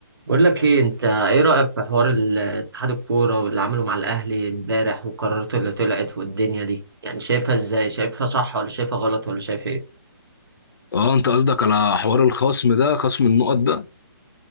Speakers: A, on the right; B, on the left.
A: بقول لك ايه انت ايه رأيك في حوار ال- اتحاد الكورة واللي عمله مع الاهلي امبارح وقراراته اللي طلعت والدنيا دي يعني شايفها ازاي شايفها صح ولا شايفها غلط ولا شايف ايه
B: اه انت قصدك على حوار الخصم ده خصم النقط ده